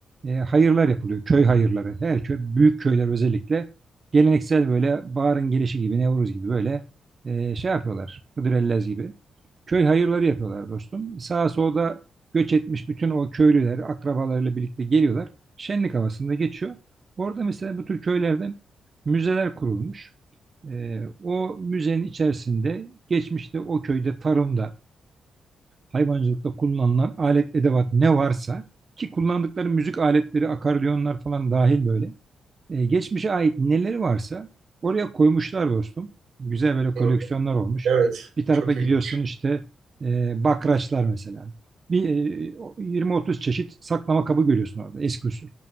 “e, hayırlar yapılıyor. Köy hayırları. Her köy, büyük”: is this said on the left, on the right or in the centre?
Right